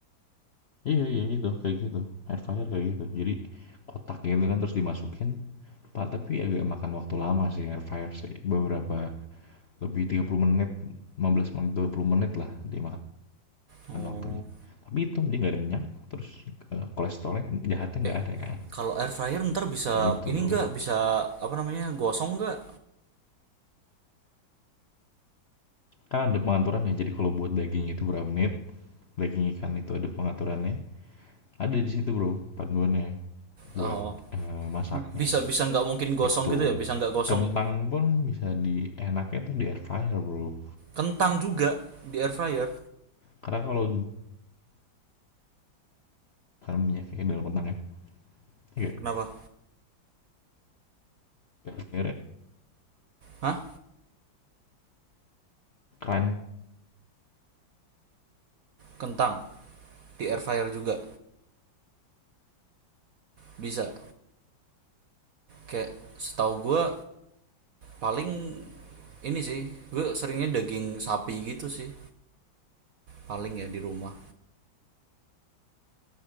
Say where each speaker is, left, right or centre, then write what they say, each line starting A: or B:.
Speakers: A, on the left (about 55°); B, on the right (about 65°).
A: Iya iya itu, kayak gitu, air fryer kayak gitu. Jadi kotak gitu kan terus dimasukin, pak tapi agak makan waktu lama sih air fryer sih, beberapa lebih 30 menit, 15 menit, 20 menit lah dimakan
B: Oh.
A: waktunya. Tapi itu dia nggak ada minyak, terus, eee, kolesterolnya jahatnya
B: Eh,
A: nggak ada kan,
B: kalau air fryer ntar bisa
A: gitu
B: ini
A: Bro.
B: enggak bisa apa namanya? gosong enggak?
A: Kan ada pengaturannya, jadi kalau buat daging itu berapa menit, daging ikan itu ada pengaturannya, ada di situ Bro panduannya.
B: Oh,
A: buat eh, masaknya
B: bisa bisa nggak mungkin
A: gitu
B: gosong gitu ya? Bisa nggak gosong
A: kentang
B: ya?
A: pun bisa di enaknya tuh di air fryer bro
B: Kentang juga di air fryer.
A: karena kalau kan minyak kayak dalam kentang ya iya
B: Kenapa?
A: air fryer
B: Hah?
A: crunchy
B: Kentang. di air fryer juga bisa kayak setahu gue paling ini sih gue seringnya daging sapi gitu sih paling ya di rumah